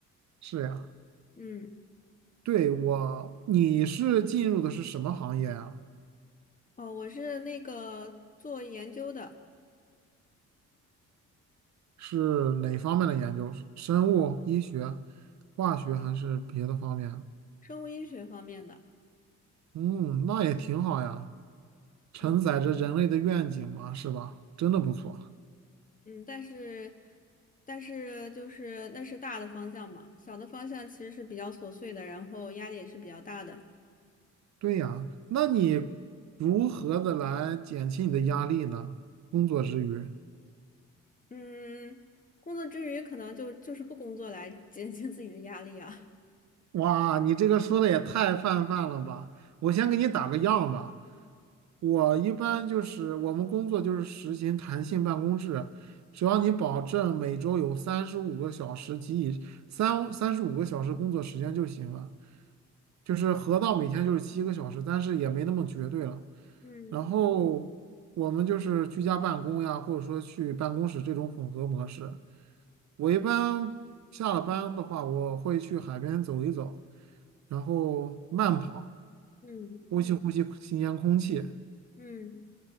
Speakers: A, on the right (about 65°); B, on the left (about 25°).
A: 是呀，
B: 嗯，
A: 对我，你是进入的是什么行业啊？
B: 哦，我是那个做研究的，
A: 是哪方面的研究？生物、医学、化学还是别的方面？
B: 生物医学方面的。
A: 嗯，那也挺好呀，承载着人类的愿景嘛，
B: 嗯
A: 是吧？真的不错。
B: 嗯，但是但是就是那是大的方向嘛，小的方向其实是比较琐碎的，然后压力也是比较大的。
A: 对呀，那你如何的来减轻你的压力呢？工作之余，
B: 嗯，工作之余可能就就是不工作来减轻自己的压力啊。
A: 哇，你这个说的也太泛泛了吧！我先给你打个样吧。我一般就是我们工作就是实行弹性办公制，只要你保证每周有三十五个小时及以三三十五个小时工作时间就行了。就是合到每天就是七个小时，但是也没那么绝对了。
B: <laughs> 嗯
A: 然后我们就是居家办公呀，或者说去办公室这种混合模式。我一般下了班的话，我会去海边走一走，然后慢跑，
B: 嗯
A: 呼吸嗯呼吸新鲜空气。
B: 嗯，